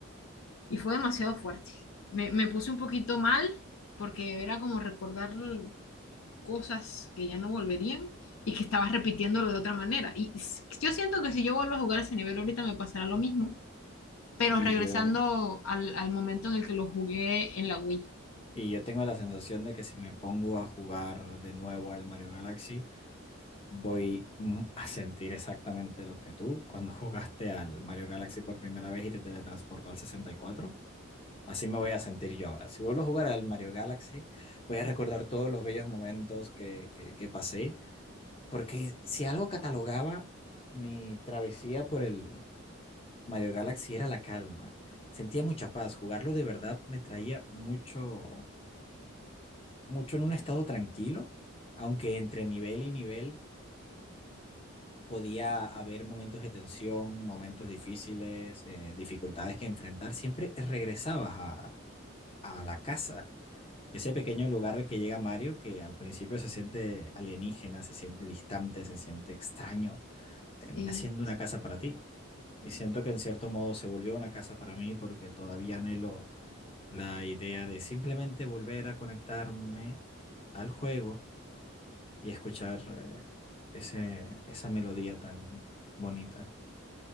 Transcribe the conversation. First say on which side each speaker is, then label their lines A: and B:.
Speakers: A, on the left; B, on the left.
A: Y fue demasiado fuerte. Me, me puse un poquito mal porque era como recordar cosas que ya no volverían y que estaba repitiéndolo de otra manera. Y s- yo siento que si yo vuelvo a jugar ese nivel ahorita me pasará lo mismo, pero
B: Y
A: regresando
B: yo,
A: al, al momento en el que lo jugué en la Wii.
B: y yo tengo la sensación de que si me pongo a jugar de nuevo al Mario Galaxy, voy mm, a sentir exactamente lo que tú cuando <laughs> jugaste al Mario Galaxy por primera vez y te teletransportó al 64. Así me voy a sentir yo ahora. Si vuelvo a jugar al Mario Galaxy, voy a recordar todos los bellos momentos que, que, que pasé, porque si algo catalogaba mi travesía por el Mario Galaxy era la calma. Sentía mucha paz. Jugarlo de verdad me traía mucho, mucho en un estado tranquilo, aunque entre nivel y nivel podía haber momentos de tensión, momentos difíciles, eh, dificultades que enfrentar. Siempre regresabas a, a la casa ese pequeño lugar al que llega Mario, que al principio se siente alienígena, se siente distante, se siente extraño, termina
A: Sí,
B: siendo una casa para ti. Y siento que en cierto modo se volvió una casa para mí porque todavía anhelo la idea de simplemente volver a conectarme al juego y escuchar eh, ese, esa melodía tan bonita.